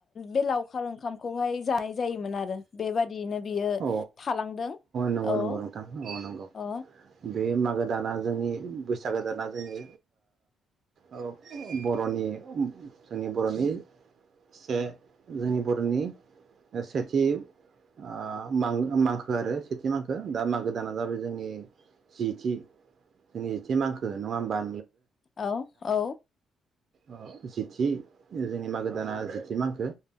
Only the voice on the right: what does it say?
औ
नंगौ
नंगौ नोंथां औ नंगौ
बे मागो दाना जोंनि बैसागो दाना जोंनि ओ बरनि जोंनि बरनि से जोंनि बरनि सेथि ओ मांखो आरो सेथि मांखो दा मागो दाना जाबाय जोंनि जिथि जोंनि जिथि मागो नङा होमबा।
ओ जिथि जोंनि मागो दाना जिथि मांखो